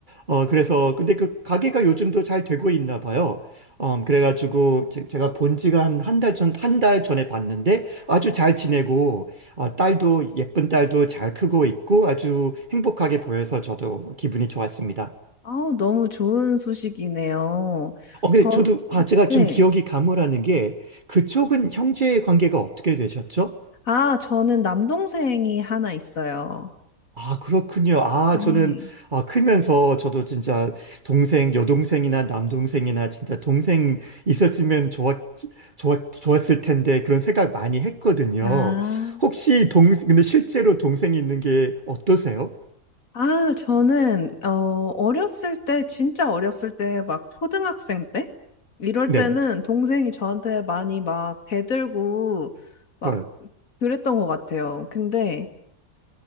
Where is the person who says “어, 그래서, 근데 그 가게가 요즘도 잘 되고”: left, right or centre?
Right